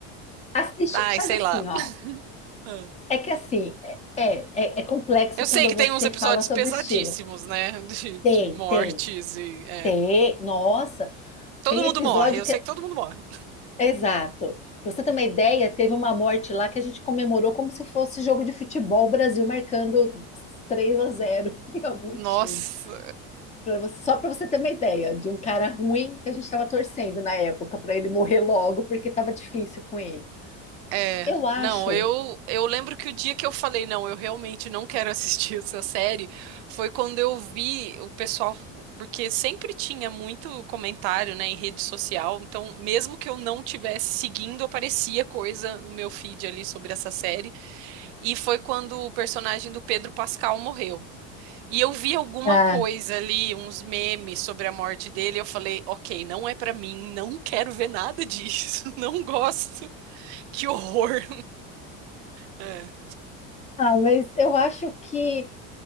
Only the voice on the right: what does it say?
Ai,
sei
lá.
Ah.
Eu
sei que
tem uns episódios
pesadíssimos,
né? <laughs> De,
de mortes
e. É.
Todo
mundo
morre, eu
sei que todo mundo morre.
Nossa.
É,
não, eu eu lembro que o dia que eu falei, não, eu realmente não quero <laughs> assistir essa série, foi quando eu vi o pessoal, porque sempre tinha muito comentário, né, em rede social, então mesmo que eu não tivesse seguindo, aparecia coisa no meu feed ali sobre essa série, e foi quando o personagem do Pedro Pascal morreu. E eu vi alguma
coisa ali, uns memes sobre a morte dele, eu falei, ok, não é pra mim, não quero ver nada disso, <laughs> não gosto, que horror. É.